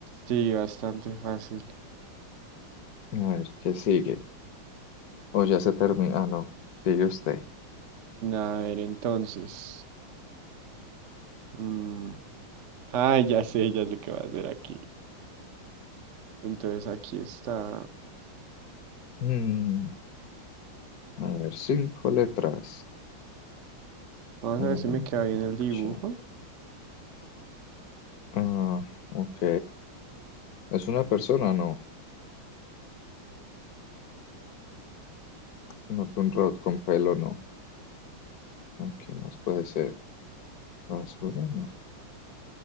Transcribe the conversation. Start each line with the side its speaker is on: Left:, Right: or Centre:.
Right: Sí, bastante fácil.
Left: A ver, ¿qué sigue? O ya se termina. Ah, no. Sigue usted.
Right: A ver, entonces. mm, Ah, ya sé, ya sé qué va a hacer aquí. Entonces aquí está.
Left: Mm, a ver, cinco letras.
Right: Vamos
Left: A
Right: a
Left: ver.
Right: ver si me queda bien el dibujo.
Left: che- Ah, ok. ¿Es una persona? No. No, un robot con pelo, no. Ah, ¿Qué más puede ser? ¿Basura? No.